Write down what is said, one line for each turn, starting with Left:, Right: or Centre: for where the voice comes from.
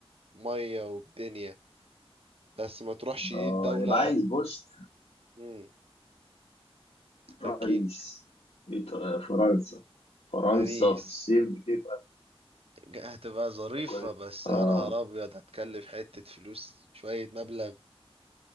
Right: مية والدنيا بس ما تروحش ايه
Left: اه
Right: الدولة
Left: يبقى عايز بص
Right: مم. هكين
Left: باريس إيط- آه، فرنسا فرنسا
Right: باريس
Left: في الصيف بتبقى
Right: ج- هتبقى ظريفة
Left: كويس
Right: بس يا
Left: اه
Right: نهار أبيض هتكلف حتة فلوس شوية مبلغ